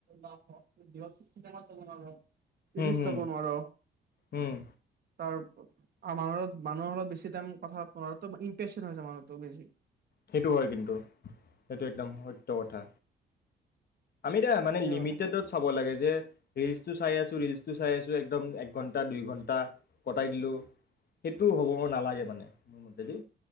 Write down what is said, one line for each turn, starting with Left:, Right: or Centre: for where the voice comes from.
Right: যাব। <unintelligible> <unintelligible> চিনেমা চাব নোৱাৰো।
Left: হুম
Right: চিৰিজ
Left: হুম
Right: চাব নোৱাৰ
Left: হুম
Right: তাৰ। মানুহ মানুহৰ হত বেছি টাইম কথাোৱাৰ ইমপ্ৰেশচন হৈছে মানুহতো বেছি।
Left: সেইটো হয় কিন্তু, সেইটো একদম সত্য কথা। আমি এতিয়া মানে
Right: সেইটোৱে
Left: লিমিটেডত
Right: হ'ল একদম
Left: চাব লাগে যে ৰিলচটো চাই আছোঁ। ৰিলচটো চাই আছো একদম একঘণ্টা, দুইঘণ্টা কটাই দিলো সেইটো হ'ব নালাগে মানে মোৰ মতেদি।